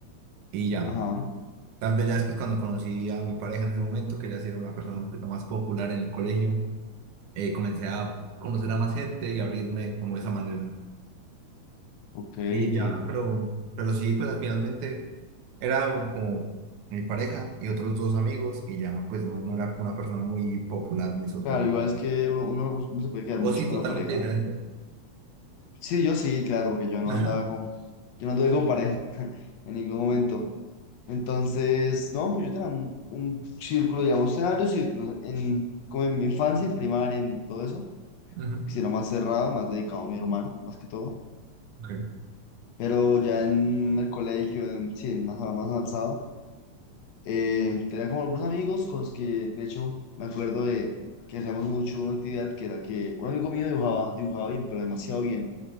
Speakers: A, on the right (about 80°); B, on the left (about 70°).
A: y ya.
B: Ajá,
A: Tal vez ya después cuando conocí a mi pareja en ese momento, que ya sí era una persona un poquito más popular en el colegio, eh, comencé a conocer a más gente y abrirme como de esa manera.
B: ok, entiendo.
A: Y ya, pero, pero sí, pues finalmente era como mi pareja y otros dos amigos y ya, pues no, no era una persona muy popular, muy social.
B: Claro, igual es que uno, uno, uno se puede quedar
A: Vos
B: mucho
A: sí,
B: con
A: totalmente
B: la pareja.
A: diferente.
B: Sí, yo sí, claro, porque yo no
A: Ajá,
B: andaba con, yo no anduve con pareja <laughs> en ningún momento. Entonces, no, pues yo tenía un, un círculo, digamos, tenía varios círculos, en, como en mi infancia, en primaria, en todo eso,
A: ajá,
B: si era más cerrado, más dedicado a mi hermano, más que todo.
A: ok,
B: Pero ya en el colegio, en, sí, en más, más avanzado. Eh, tenía como algunos amigos con los que, de hecho, me acuerdo de que hacíamos mucho una actividad que era que un amigo mío dibujaba, dibujaba bien, pero demasiado bien,